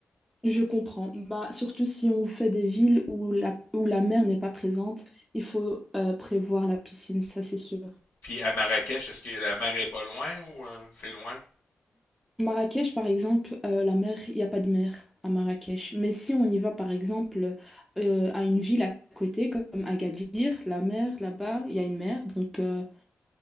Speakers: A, in the centre; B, on the left.
A: Je comprends. Bah, surtout si on fait des villes où la, où la mer n'est pas présente, il faut euh, prévoir la piscine, ça c'est sûr.
B: Puis à Marrakech, est-ce que la mer est pas loin ou euh, c'est loin?
A: Marrakech, par exemple, euh, la mer, il n'y a pas de mer à Marrakech. Mais si on y va, par exemple, euh, à une ville à côté, comme Agadir, la mer, là-bas, il y a une mer. Donc, euh,